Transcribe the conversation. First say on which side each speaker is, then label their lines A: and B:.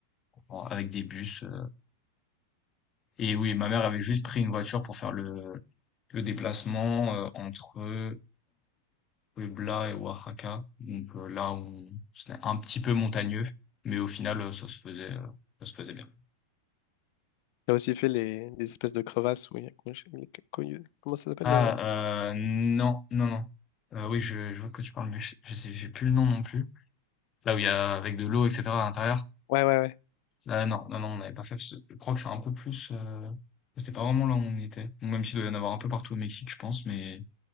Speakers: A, on the left; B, on the left.
A: en- avec des bus. euh. Et oui, ma mère avait juste pris une voiture pour faire le, le déplacement euh, entre euh, Puebla et Oaxaca. Donc euh, là, on, c'était un petit peu montagneux, mais au final, euh, ça se faisait, euh, ça se faisait bien.
B: Il a aussi fait les, des espèces de crevasses où il y a... Comment je- les- comment il- comment ça s'appelle?
A: Ah,
B: euh,
A: euh, non, non, non. Euh, oui, je, je vois que tu parles, mais je, je sais, j'ai plus le nom non plus. Là où il y a avec de l'eau et cetera à l'intérieur.
B: Ouais, ouais, ouais.
A: Là non, non, non, on n'avait pas fait parce que je crois que c'est un peu plus, heu, c'était pas vraiment là où on était. Bon même s'il doit y en avoir un peu partout au Mexique je pense, mais